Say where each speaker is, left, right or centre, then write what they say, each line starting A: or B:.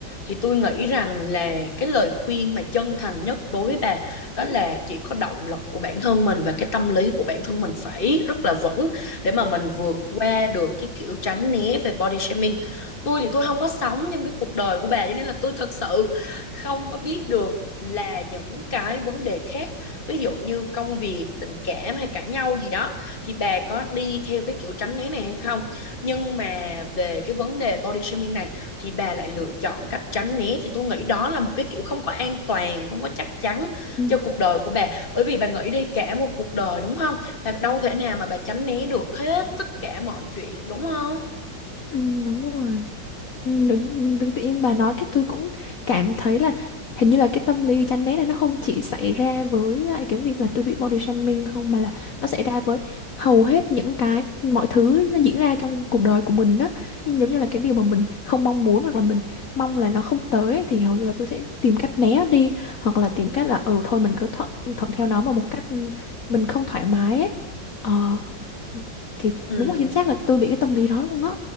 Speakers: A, on the left (about 30°); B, on the left (about 55°).
A: thì tôi nghĩ rằng là cái lời khuyên mà chân thành nhất đối với bà đó là chỉ có động lực của bản thân mình và cái tâm lý của bản thân mình phải rất là vững để mà mình vượt qua được cái kiểu tránh né về body shaming tôi thì tôi không có sống trong cái cuộc đời của bà cho nên là tôi thật sự không có biết được là những cái vấn đề khác ví dụ như công việc tình cảm hay cãi nhau gì đó thì bà có đi theo cái kiểu tránh né này hay không nhưng mà về cái vấn đề body shaming này thì bà lại lựa chọn cách tránh né thì tôi nghĩ đó là một cái kiểu không có an toàn không có chắc chắn
B: Ừ.
A: cho cuộc đời của bà bởi vì bà nghĩ đi cả một cuộc đời đúng không bà đâu thể nào mà bà tránh né được hết tất cả mọi chuyện đúng không
B: Ừ, đúng rồi. Ừ, đúng, tự tự nhiên bà nói cái tôi cũng cảm thấy là hình như là cái tâm lý chán ghét này nó không chỉ xảy ra với lại cái việc là tôi bị body shaming không mà là nó xảy ra với hầu hết những cái mọi thứ nó diễn ra trong cuộc đời của mình đó. Nhưng Giống như là cái điều mà mình không mong muốn hoặc là mình mong là nó không tới ấy, thì hầu như là tôi sẽ tìm cách né đi hoặc là tìm cách là ừ thôi mình cứ thuận, thuận theo nó mà một cách mình không thoải mái ấy. Ờ thì
A: ừ
B: đúng là chính xác là tôi bị cái tâm lý đó luôn á.